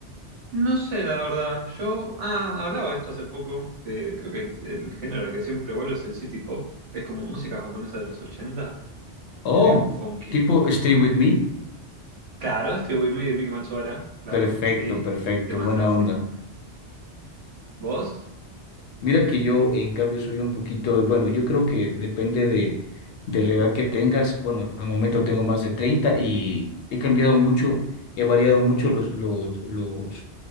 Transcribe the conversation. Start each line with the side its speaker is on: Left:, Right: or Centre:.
Right: No sé, la verdad. Yo ah, hablaba de esto hace poco, que creo que el género al que siempre vuelvo es el city pop, que es como música japonesa de los ochenta
Left: Oh,
Right: es bien funky.
Left: tipo Stay With Me.
Right: Claro, Stevie Wonder de Miki Matsubara, claro,
Left: Perfecto,
Right: sí,
Left: perfecto,
Right: temas
Left: buena
Right: así.
Left: onda.
Right: ¿Vos?
Left: Mira que yo, en cambio, soy un poquito, bueno, yo creo que depende de, de la edad que tengas. Bueno, al momento tengo más de 30 y he cambiado mucho, he variado mucho los, los, los,